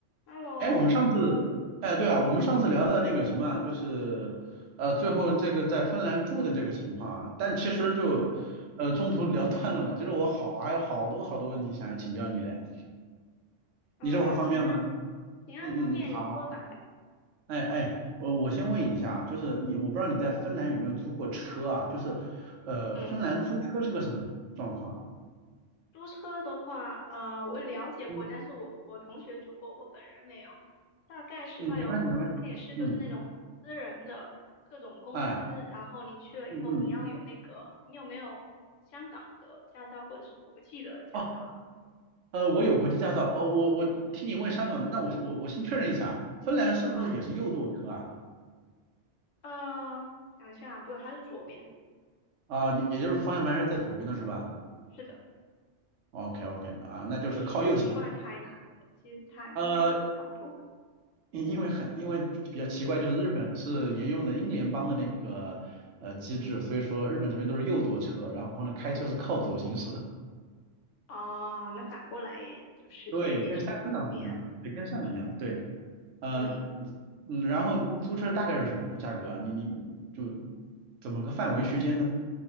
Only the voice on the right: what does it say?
哎，我们上次，哎，对啊，我们上次聊到那个什么啊，
就是，呃，最后这个在芬兰住的这个情况啊，但其实就，
呃，中途聊断了嘛，就是我好，还有好多好多问题想要请教你嘞，
你这会儿方便吗？
嗯嗯嗯，
好好好，哎哎，我我先问一下啊，就是你，我不知道你在芬兰有没有租过车啊，就是，呃，
芬兰租车是个什么状况啊
嗯
嗯，没关系没关系，
嗯，哎，
嗯嗯。
哦。呃，我有国际驾照，呃，我我替你问香港的，那我是我我先确认一下，芬兰是不是也是右舵车啊？
啊、也就是方向盘是在左边的是吧
？OK OK 啊，那就是靠右行。
呃，因因为很因为比较奇怪，
就是日本是沿用的英联邦的那个呃机制，所以说日本这边都是右舵车，然后呢开车是靠左行驶。
对，跟香港是一样的，对，跟香港一样，对，呃，
嗯，然后租车大概是什么价格啊？你你就怎么个范围区间呢？